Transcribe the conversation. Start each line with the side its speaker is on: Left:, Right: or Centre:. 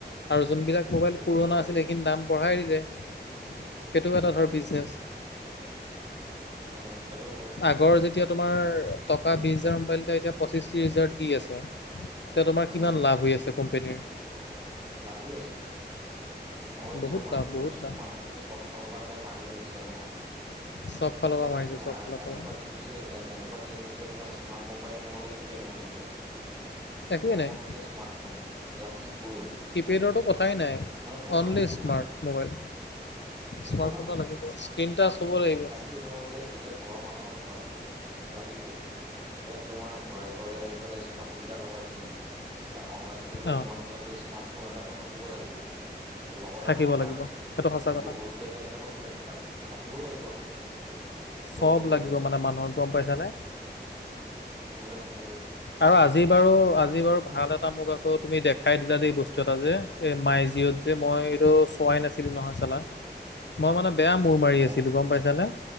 Left: আৰু যোনবিলাক মোবাইলতো
Right: সেইটো
Left: পুৰণা
Right: হয়
Left: আছিলে সেইখিনি দাম বঢ়াই দিলে সেইটোও এটা ধৰ বিজনেছ।
Right: উম সেইটো হয়।
Left: আগৰ যেতিয়া তোমাৰ টকা বিশ হাজাৰ মোবাইল এটা এতিয়া পঁচিশ ত্ৰিশ হাজাৰ দি আছে। এতিয়া তোমাৰ
Right: উম
Left: কিমান লাভ হৈ আছে কোম্পনীৰ।
Right: লাভ হৈ আছে। হয় দিয়া
Left: বহুত
Right: মানুহক
Left: লাভ
Right: মানে
Left: বহুত লাভ
Right: মানুহক যে চব সৰু সুৰাকে মাৰি আহিছে আও ন
Left: চব ফালৰ
Right: এতিয়া
Left: পৰা মাৰিছে
Right: মানে
Left: চব ফালৰ
Right: এনেকোৱা
Left: পৰা।
Right: দিন হৈছে এ এনেকোৱা দিন হৈছে তোমাৰ স্মাৰ্ট মোবাইল নহ'লে একোৱেই নহয় এতিয়া।
Left: একোৱেই
Right: সকলোতে
Left: নাই
Right: স্মাৰ্টফোন লাগিবই।
Left: কিপেডৰটো কথাই নাই
Right: মানে তোমাক
Left: অনলি
Right: লাগিবই
Left: স্মাৰ্ট
Right: স্মাৰ্টফোন
Left: মোবাইল। স্মাৰ্টফোন
Right: একো
Left: এটা লাগিবই স্কিনটাচ হ'ব লাগিব
Right: ত তোমাৰ এতিয়া এতিয়া ঘৰৰ মানুহৰ ঘৰ লাগিবই এতিয়া তোমাৰ ঘৰে ঘৰে আহি পেলাই স্মাৰ্ট মিটাৰ লগাই দিলে তা অনলাইন কৰিবলৈ
Left: অঁ
Right: তোমাৰ হাতত আকৌ স্মাৰ্টফোন এটা থাকিব লাগিব। লগত
Left: থাকিব
Right: আকৌ তোমাৰ
Left: লাগিব সেইটো সঁচা কথা
Right: গুগল পে' এটা কিন্তু আকৌ থে থাকিবই লাগিব আকৌ। গুগল
Left: চব
Right: পে
Left: লাগিব
Right: এটাও
Left: মানে মানুহক গম পাইছানে
Right: নহলে নহবই।
Left: আৰু আজি বাৰু
Right: ন
Left: আজি বাৰু
Right: ন
Left: ভালত মোক আকৌ তুমি দেখাই দিলা দেই বস্তু এটা যে এ মাই জিঅত যে মই এইটো হোৱাই নাছিল নহয় চালা মই মানে বেয়া মূৰ
Right: ঐ
Left: মাৰি
Right: ম
Left: আছিলোঁ গম পাইছানে